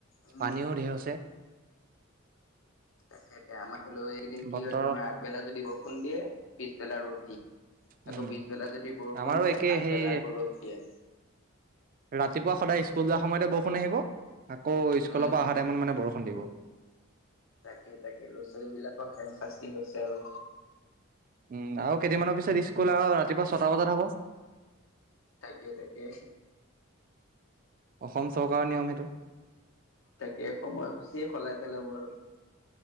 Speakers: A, on the left (about 70°); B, on the right (about 45°).
A: উম
B: পানীও ধেৰ হৈছে।
A: তাকে আমাৰ হলেও একিদিন
B: বতৰ
A: কি হৈছে তোমাৰ আগবেলা যদি বৰষুন দিয়ে পিছবেলা ৰদ দিয়ে।
B: উম
A: আকৌ পিছবেলা যদি বৰষুণ
B: আমাৰো
A: দিয়ে
B: একে
A: আগবেলা
B: সেই
A: আকৌ ৰ'দ দিয়ে।
B: ৰাতিপুৱা সদায় স্কুল যোৱাৰ সময়তে বৰষুণ আহিব আকৌ স্কুলৰ
A: উম।
B: পৰা অহা টাইমত মানে বৰষুণ দিব।
A: তাকে তাকে ল'ৰা ছোৱালী বিলাকৰ হে শাস্তি হৈছে আৰু।
B: উম আৰু কেইদিনমানৰ পিছত স্কুল আৰু ৰাতিপুৱা ছটা বজাত হ'ব।
A: তাকে তাকে।
B: অসম চৰকাৰৰ নিয়ম সেইটো।
A: তাকেই সময়সূচীয়ে সলাই পেলাব আৰু।